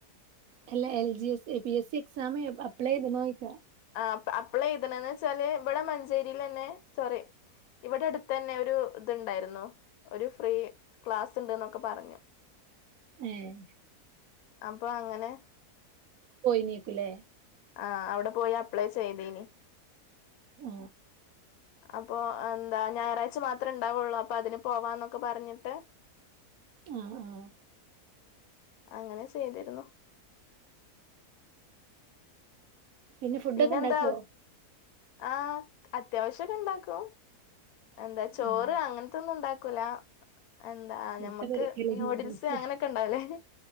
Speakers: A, on the right; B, on the left.
A: എല്ല L G S A P S C exam apply ചെയ്ത് നോയിക്കാ
B: ആ അപ്പളെ ഇയ്ത്ണന്ച്ചാല് ഇവിടെ മഞ്ചേരിയിൽ ന്നെ സോറി ഇവിടെ അടുത്ത തന്നെ ഒരു ഇത്ണ്ടായിരുന്നു ഒരു ഫ്രീ ക്ലാസ്സ് ഉണ്ട് എന്നൊക്കെ പറഞ്ഞു
A: ഏഹ്
B: അപ്പൊ അങ്ങനെ
A: പോയിനീക്കു ലെ
B: ആ അവിടെ പോയി അപ്ലൈ ചെയ്തീനി
A: ആ
B: അപ്പൊ എന്താ ഞായറാഴ്ച മാത്രേ ഉണ്ടാവുള്ളൂ അപ്പൊ അതിന് പോവാന്നൊക്കെ പറഞ്ഞിട്ട്
A: ആ ആ
B: അങ്ങനെ ചെയ്തിരുന്നു
A: പിന്നെ ഫുഡൊക്കെ
B: പിന്നെന്താ
A: ഇണ്ടാക്കോ
B: ആ അത്യാവശ്യം ഒക്കെ ഉണ്ടാക്കും എന്താ ചോറ്
A: ഉം
B: അങ്ങനത്തെ ഒന്നും ഉണ്ടാ കുല എന്താ
A: മുട്ട
B: ഞമ്മക്ക്
A: പൊരിക്കല്
B: ന്യൂഡിൽസ്
A: നൂഡിൽസ്
B: അങ്ങനെയൊക്കെ ഇണ്ടാവുലെ